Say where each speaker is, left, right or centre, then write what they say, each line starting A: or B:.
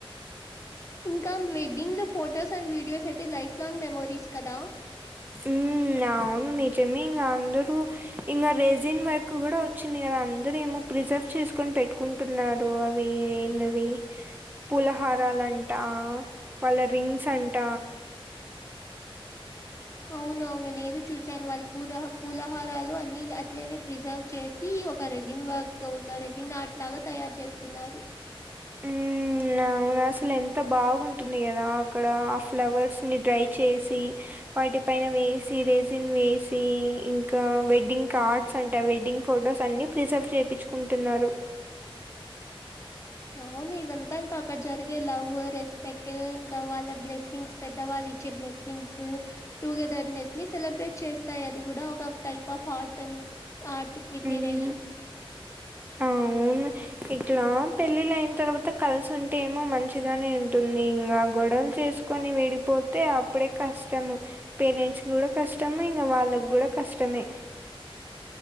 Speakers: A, on the left; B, on the right.
A: ఇంకా వెడ్డింగ్ లో ఫొటోస్ అండ్ వీడియోస్ అయితే లైఫ్ లాంగ్ మెమోరీస్ కదా
B: ఉమ్ అవును నిజమే ఇంగా అందరూ ఇంగా రేజిన్ వరకు కూడా వచ్చింది కదా అందరు ఏమో ప్రిజర్వ్ చేసుకొని పెట్టుకుం ఇప్పుడు నాది అది మరి పులహారాలంట వాళ్ళ రింగ్స్ అంట
A: అవును అవును నేను చూశాను వాళ్ళు పూల పూలహారాలు అన్ని అట్లనే ప్రిజర్వ్ చేసి ఒక రెజన్ వర్క్ తో ఒక రెజిన్ ఆట్ లాగా తయారు చేస్తున్నారు
B: ఊమ్ నవునా అసలెంత బాగుంటుంది కదా అక్కడ ఆ ఫ్లవర్స్ని డ్రై చేసి వాటి పైన వేసి రెసిన్ వేసి ఇంకా వెడ్డింగ్ కార్డ్ సంట వెడ్డింగ్ ఫొటోస్ అన్ని ప్రిజర్వ్ చేపిచ్చు కుంటున్నారు
A: అవును ఇదంతా ఇంకా అక్కడ జరిగే లవ్ రెస్పెక్ట్ ఇంకా వాళ్ళ బ్లెస్సింగ్స్ పెద్దవాల్లిచ్చే బ్లెస్సింగ్స్ టుగెదర్ నెస్ ని సెలబ్రేట్ చేస్తాయది కూడా ఒక type of art um art prepare
B: um
A: అయ్యి
B: అవును ఇట్లా పెళ్ళిళ్ళయిన తర్వాత కలిసు ఉంటే ఏమో మంచిగనే ఉంటుందింగా గొడవలు చేసు కొని విడిపోతే అప్పుడే కష్టము పేరెంట్స్కి కూడా కష్టమే ఇంగ వాళ్ళకి కూడా కష్టమే